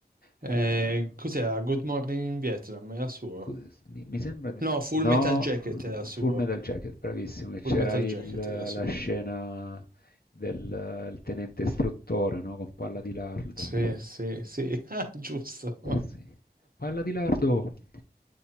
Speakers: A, on the right (about 55°); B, on the left (about 60°).
A: Eh,
B: eh,
A: cos'era? Good Morning in Vietnam era suo.
B: Scusa, Mi mi sembra di...
A: No, Full
B: No,
A: Metal Jacket era suo.
B: Full Metal Jacket, bravissimo, che c'era
A: Full Metal
B: il-
A: Jacket era suo.
B: la scena del il tenente istruttore, no? Con palla di lardo.
A: Sì, sì, sì. <laughs> Ah, giusto.
B: Sì. Palla di lardo. <laughs>